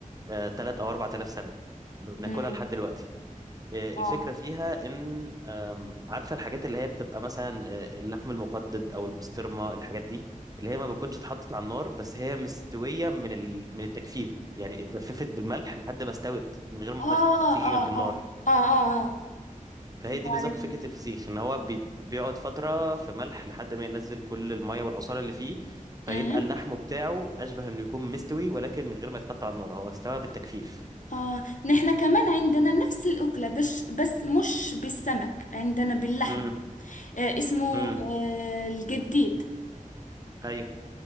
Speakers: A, on the right; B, on the left.
A: 3 او 4000 سنه بناكلها
B: أمم،
A: لحد دلوقتي آه،
B: اه
A: الفكره فيها ان آم، عارفه الحاجات اللي هي بتبقى مثلا آه، اللحم المقدد او البسطرمه الحاجات دي اللي هي ما بتكونش اتحطت على النار بس هي مستويه من ال... من التجفيف يعني اتجففت بالملح لحد ما استوت من غير ما
B: اه
A: تيجي
B: اه
A: جنب النار
B: اه اه اه اه
A: فهي دي
B: بعرفها
A: بالظبط فكرة الفسيخ ان هو بي- بيقعد فترة في ملح لحد ما ينزل كل المية والعصارة اللي فيه فيبقى
B: أمم.
A: اللحم بتاعه اشبه انه يكون مستوي ولكن من غير ما يتحط على النار هو استوى بالتجفيف
B: اه نحنا كمان عندنا نفس الأكلة بس بس مش بالسمك عندنا باللحم
A: امم
B: آه اسمه
A: امم
B: آه الجديد
A: ايوه